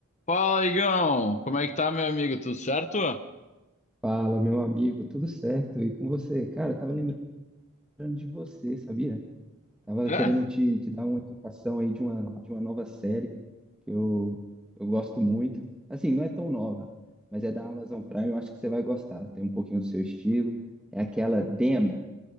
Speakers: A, on the left (about 30°); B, in the centre.
A: Fala, Igão! Como é que tá, meu amigo? Tudo certo?
B: Fala, meu amigo, tudo certo? E com você? Cara, eu tava lembrando de você, sabia? Tava
A: É?
B: querendo te, te dar uma indicação aí de uma, de uma nova série que eu, eu gosto muito. Assim, não é tão nova, mas é da Amazon Prime, eu acho que você vai gostar. Tem um pouquinho do seu estilo. É aquela Them.